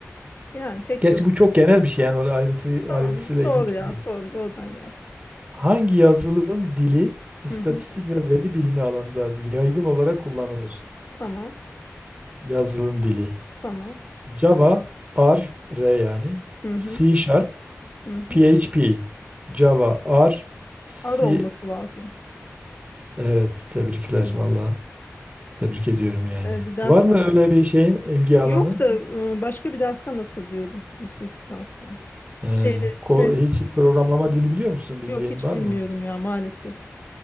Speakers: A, on the left; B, on the right.
A: Yani pek
B: Gerçi
A: yok.
B: bu çok genel bir şey yani öyle ayrıntı,
A: Tamam.
B: ayrıntısıyla
A: Sor
B: ilgili bir
A: ya.
B: şey değil.
A: Sor. Oradan gelsin.
B: Hangi yazılım dili istatistik
A: Hı hı.
B: ve veri bilimi alanında yaygın olarak kullanılır?
A: Tamam.
B: Yazılım dili.
A: Tamam.
B: Java, R, R yani.
A: Hı hı.
B: C Sharp,
A: Hı hı.
B: PHP. Java, R, C,
A: Ara olması lazım.
B: Evet, tebrikler
A: Değil mi?
B: valla. Tebrik ediyorum yani.
A: Ee, bir dersten.
B: Var mı öyle bir şeyin, ilgi alanın?
A: Yok da e, başka bir dersten hatırlıyorum. Yüksek lisanstan.
B: Ee,
A: Şeyde
B: ko-
A: tez
B: hiç programlama dili biliyor musun? Bildiğin
A: yok hiç
B: var
A: bilmiyorum
B: mı?
A: ya maalesef.